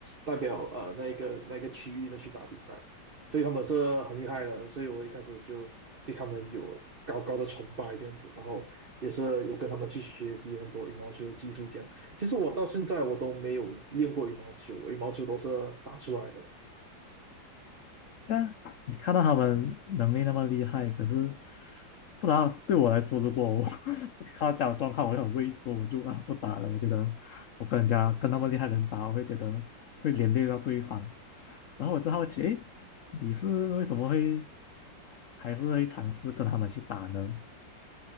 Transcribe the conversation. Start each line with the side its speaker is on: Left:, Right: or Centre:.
Right: 代表呃那个那个区域的去打比赛。所以他们这很厉害了，所以我一开始就对他们有高高的崇拜这样子，然后也是有跟他们去学习很多羽毛球的技术这样。其实我到现在我都没有练过羽毛球，我羽毛球都是打出来的。
Left: 这啊，你看到他们能力那么厉害，可是不知道对我来说，如果我 <laughs> 看到这样的状况，我就很畏缩，我就啊不打了。我觉得我跟人家跟那么厉害的人打，我会觉得会连累到对方。然后我就好奇，诶，你是为什么会还是会尝试跟他们去打呢？